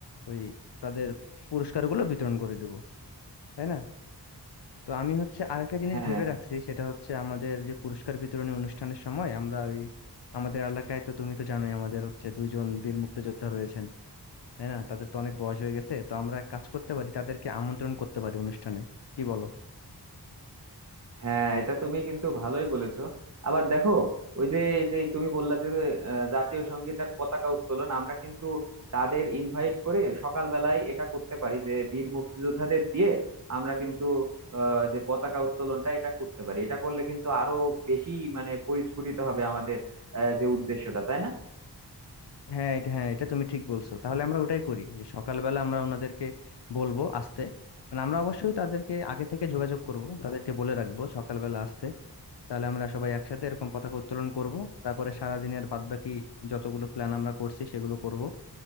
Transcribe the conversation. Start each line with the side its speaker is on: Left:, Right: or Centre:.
Left: ওই তাদের পুরস্কারগুলো বিতরণ করে দেবো তাই না তো আমি হচ্ছে আরেকটা জিনিস
Right: হ্যাঁ
Left: ভেবে রাখছি সেটা হচ্ছে আমাদের যে পুরস্কার বিতরণী অনুষ্ঠানের সময় আমরা ওই আমাদের এলাকায় তো তুমি তো জানোই আমাদের হচ্ছে দুইজন বীর মুক্তিযোদ্ধা রয়েছেন তাই না তাদের তো অনেক বয়স হয়ে গেছে তো আমরা এক কাজ করতে পারি তাদেরকে আমন্ত্রণ করতে পারি অনুষ্ঠানে কি বলো
Right: হ্যাঁ এটা তুমি কিন্তু ভালোই বলেছো আবার দেখো ওই যে যে তুমি বললা যে আহ, জাতীয় সঙ্গীত আর পতাকা উত্তোলন আমরা কিন্তু তাদের ইনভাইট করে সকালবেলায় এটা করতে পারি যে বীর মুক্তিযোদ্ধাদের দিয়ে আমরা কিন্তু আহ, যে পতাকা উত্তোলনটা এটা করতে পারি এটা করলে কিন্তু আরো বেশি মানে পরিস্ফুটিত হবে আমাদের আহ, যে উদ্দেশ্যটা তাই না
Left: হ্যাঁ এটা হ্যাঁ এটা তুমি ঠিক বলছো তাহলে আমরা ওটাই করি যে সকালবেলা আমরা ওনাদেরকে বলবো আসতে মানে আমরা অবশ্যই তাদেরকে আগে থেকে যোগাযোগ করব তাদেরকে বলে রাখবো সকালবেলা আসতে তাহলে আমরা সবাই একসাথে এরকম পতাকা উত্তোলন করব তারপরে সারা দিনের বাদবাকি যতগুলো প্ল্যান আমরা করছি সেগুলো করব